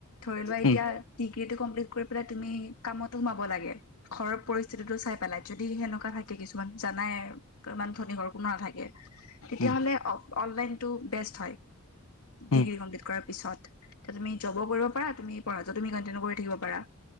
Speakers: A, on the left (about 85°); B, on the left (about 65°).
A: ধৰি লোৱা এতিয়া
B: উম
A: ডিগ্ৰীটো কমপ্লিট কৰি পেলাই তুমি কামতো সোমাব লাগে ঘৰৰ পৰিস্থিতিটো চাই পেলাই। যদি সেনেকুৱা থাকে কিছুমান জানাই ইমান ধনী ঘৰ কোনো নাথাকে, তেতিয়াহ'লে
B: উম
A: অ অনলাইনতটো বেষ্ট হয়
B: উম
A: ডিগ্ৰী কমপ্লিট কৰাৰ পিছত। তে তুমি জবো কৰিব পাৰা তুমি পঢ়াটো তুমি কণ্টিনিউ কৰি থাকিব পাৰা।